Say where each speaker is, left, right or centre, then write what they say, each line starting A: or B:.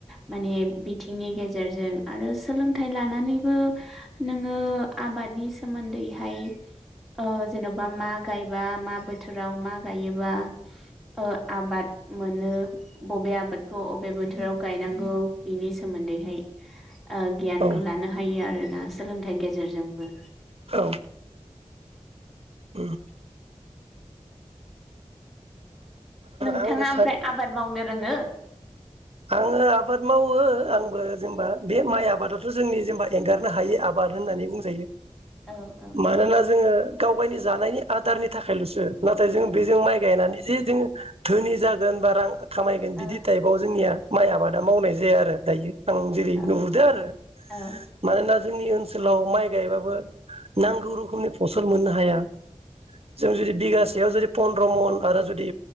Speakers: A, in the centre; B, on the right.
A: माने बिथिंनि गेजेरजों आरो सो सोलोंथाइ लानानैबो नोङो आबादनि सोमोन्दैहाय ओ जेनबा मा गायबा मा बोथोराव मा गायोबा ओ आबाद मोनो बबे आबादखौ अबे बोथोराव गायनांगौ बिनि सोमोन्दैहाय। ओ गियानखौ
B: औ
A: लानो हायो आ आरोना सोलोंथाइ गेजेरजोंबो
B: औ उम ओ
A: नोंथाङा
B: आंबो सानो
A: ओमफ्राय आबाद मावनो रोङो?
B: आङो आबाद मावो आंबो जेनेबा बे माइ आबादाथ जोंनि जेनेबा एंगारनो हायै आबाद होननानै बुंजायो।
A: औ औ
B: मानोना जोङो गावगायनि जानायनि आदारनि थाखायलसो नाथाय जों बेजों माइ गायनानै जे जों धोनि जागोन बा रां खामायगोन बिदि
A: औ
B: टाइपआव जोंनिया माइ आबादा मावनाय जाया आरो दायो। आं जेरै
A: औ
B: नुहुरदो आरो
A: औ
B: मानोना जोंनि ओनसोलाव माइ गायबाबो नांगौ रोखोमनि फसल मोननो हाया। जों जुदि बिगास सेयाव जुदि पन्द्र मन आरो जुदि